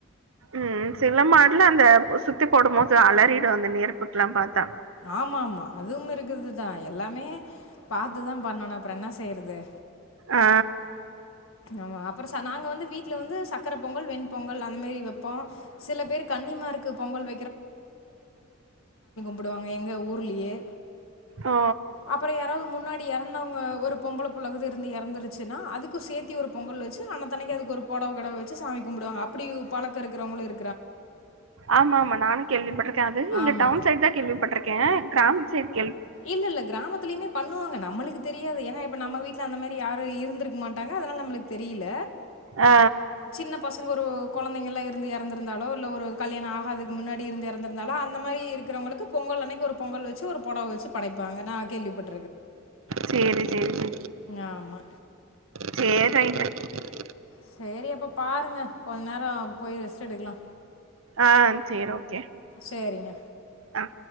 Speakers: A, on the right; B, on the left.
A: ம் சில மாடுல அந்த சுத்தி போடும் போது அலறிடு அந்த நெருப்புக்கெல்லா பாத்தா
B: ஆமா ஆமா அதும் இருக்குது தா எல்லாமே பாத்து தா பண்ணனு அப்புறோ என்ன செய்றது
A: ஆ
B: ஆமா. அப்புறம் ச நாங்க வந்து வீட்ல வந்து சக்கரை பொங்கல், வெண்பொங்கல் அந்த மாரி வைப்போம். சில பேர் கன்னிமாருக்கு பொங்கல் போடுவாங்க எங்க ஊர்லேயே
A: ஓ
B: அப்புறோ யாராவது முன்னாடி எறந்தவங்க ஒரு பொம்பள பு உலகுது இருந்து எறந்துருச்சுன்னா அதுக்கு சேத்து ஒரு பொங்கல் வெச்சு அனத்தனைக்கு அதுக்கு ஒரு பொடவ கிடவ வெச்சி சாமி கும்பிடுவாங்க அப்டி பலக்கோ இருக்கிறவங்களுக்
A: ஆமா ஆமா நானு கேள்விப்பட் இருக்காது இங்க
B: ஆமா.
A: டவுன் சைட் தா கேள்விப்பட்ருக்கே கிராம சைட்
B: இல்ல இல்ல கிராமத்துலயுமே பண்ணுவாங்க நம்மளுக்கு தெரியாது ஏனா இப்ப நம்ம வீட்ல அந்த மாரி யாரு இருந்திருக்க மாட்டாங்க அதனால நம்ளுக்கு தெரியல
A: ஆ
B: சின்ன பசங்க ஒரு கொழந் இருந்து எறந்திருந்தாலோ இல்ல ஒரு கல்யாணோ ஆகாதுக்கு முன்னாடி இருந்து எறந்திருந்தாலோ அந்த மாரி இருக்கிறவங்களுக்கு பொங்கல் அன்னை ஒரு பொங்கல் வெச்சி ஒரு பொடவ வெச்சி படைப்பாங்க நா கேள்விப்பட்
A: செரி செரி செரி
B: ஆமா
A: <inaudible>
B: சேரி அப்ப பாருங்க கொஞ்ச நேரோ. போயி ரெஸ்டு எடுக்கலா.
A: ஆஹ சேர் ஓகே
B: சரிங்க.
A: ஆஹ.